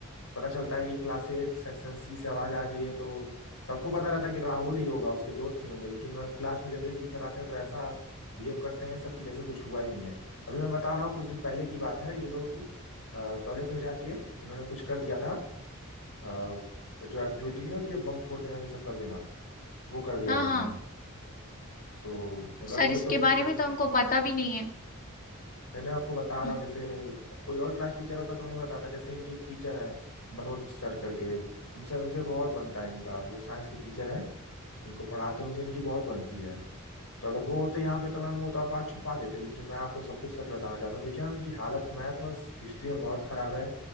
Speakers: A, on the left; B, on the left.
A: पता चलता है कि क्लास एट सेक्शन सी से आवाज आ रही है तो सबको पता रहता है कि राहुल ही होगा उसके दोस्त ही होंगे लेकिन मैम क्लास में जैसे ही टीचर आते हैं तो ऐसा बिहेव करते हैं सब कि जैसे कुछ हुआ ही नहीं है अभी मैं बता रहा हूँ कुछ दिन पहले की बात है ये लोग टॉयलेट में जाके इन्होंने कुछ कर दिया था अ, जो एक्टिविटी नहीं होती है बम फोड़ देना ये सब कर देना वो कर दिया
B: हाँ
A: था इन्होंने
B: हाँ
A: तो मतलब
B: सर
A: ये लोग
B: इसके
A: तो बिल्कुल
B: बारे में तो हमको पता भी नहीं है
A: नहीं नहीं मैं आपको बता रहा
B: हम्म
A: हूँ जैसे अब कोई और क्लास टीचर होता तो नहीं बताता जैसे इनकी एक टीचर है मनोज सर करके उनसे उनसे बहुत बनता है इनका वो साइंस की टीचर है इनको पढ़ाते हैं उनसे इनकी बहुत बनती है तो अगर वो होते यहाँ पे तो मैम वो तो आप बात छुपा देते लेकिन मैं आपको सब कुछ सच बताना चाहता हूँ देखिए मैम इनकी हालत मैथ और हिस्ट्री में बहुत खराब है